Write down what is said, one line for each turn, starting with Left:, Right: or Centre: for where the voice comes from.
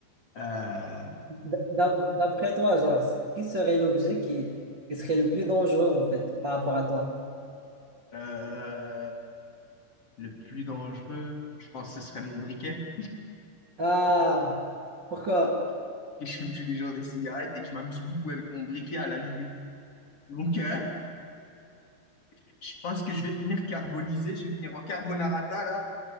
Left: Euh,
Right: D- d'a- D'après toi, genre, c'est- qui serait l'objet qui, qui serait le plus dangereux en fait par rapport à toi?
Left: euh, le plus dangereux, je pense que ce serait mon briquet.
Right: Ah, pourquoi?
Left: <laughs> Et je fume tous les jours des cigarettes et que je m'amuse beaucoup avec mon briquet à l'allumer. Donc, euh, <laughs> je pense que je vais finir carbonisé, je vais finir en carbonarata là,